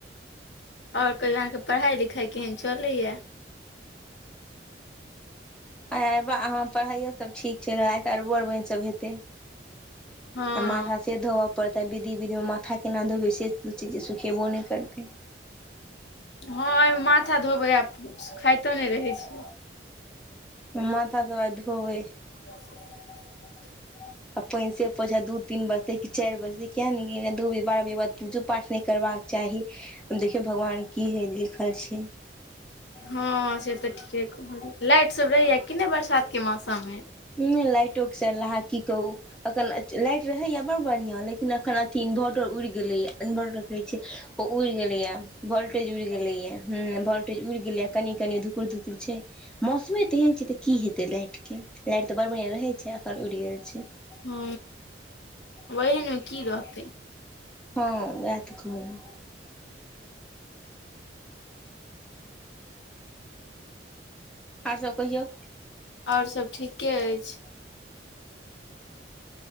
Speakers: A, on the left; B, in the centre.
A: और कहियौ अहाँके पढ़ाई-लिखाई केहेन चऽलैया।
B: आय अरबा, हाँ पढ़ाइयो सब ठीक छैय, आइ त अरबो-अरबैन सभ हेतै।
A: हँ
B: आ माथा से धोबऽ पड़तै, विधि-विध मे मांथ माथा केना धोबै से दूखी जे सुखेबो नै करतै।
A: हँ एयमे माथा धोबै आ सुखाइतो नै रहै छैय।
B: हम माथा त आय धोबय।
A: <unintelligible>
B: आ पाइन से परय छैय, दू तीन बजतै की चारि बजतै किया ने गेलियै दू बारह बजेके बाद पूजो पाठ नै करबाक चाही, हम देखियौ भगवान की हइ लिखल छैय।
A: हँ से त ठीके कहलियै। लाइट सब रहैया कि नै बरसातके मौसममे।
B: नै लाइटो के सरलहा की कहू अखन लाइट रहैए बड़ बढ़ियाँ लेकिन अखन अथि इन्वर्टर उइड़ गेलैए, इन्वर्टर जे छैय ओ उड़ गेलैया, वोल्टेज उइड़ गेलेया, हुं वोल्टेज उइड़ गेलै कनि-कनि धुकुर-धुकुर छैय। मौसमे तेहन छैय त की हेतै लाइट के। लाइट त बड बढियाॅं रहै छैय अखन उड़ि गेल छैय।
A: हु वोही ने की रहतै।
B: हँ वएह त कहलौं। आर सब कहियौ।
A: और सब ठीके अइछ।